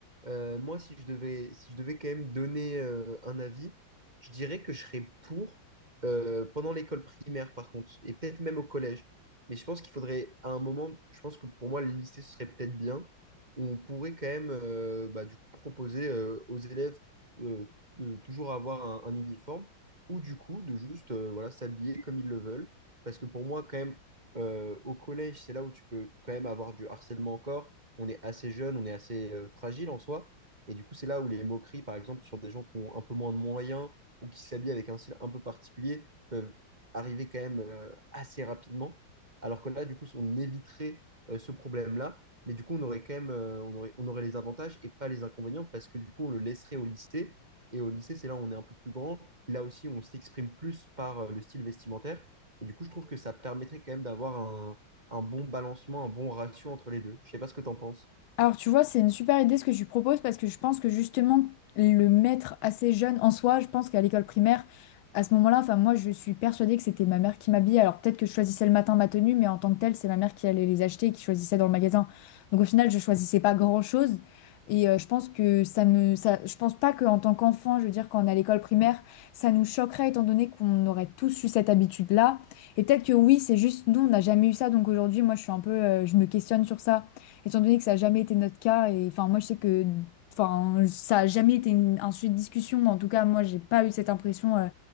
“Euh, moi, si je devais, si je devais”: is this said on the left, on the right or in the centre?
Right